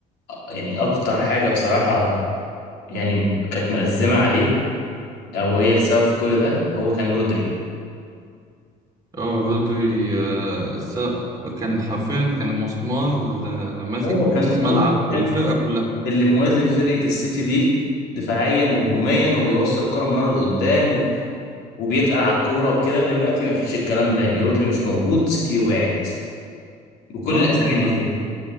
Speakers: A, on the left; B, on the right.
A: يعني يعني اكتر حاجه بصراحه يعني كانت مأزمه عليه او هي السبب في كل ده هو كان رودري
B: اه رودري آه، س- كان حرفيا كان مسمار ل- ماسك
A: هو كان
B: نص ملعب
A: هو كان
B: الفرقة كلها
A: اللي موازن فرقه السيتي دي دفاعيا وهجوميا وبيوصل الكره من ورا لقدام و- وبيتقل على الكوره وكده دلوقتي ما فيش الكلام ده يعني رودري مش موجود سيتي وقعت بكل
B: اه
A: الاسامي
B: انا
A: اللي فيها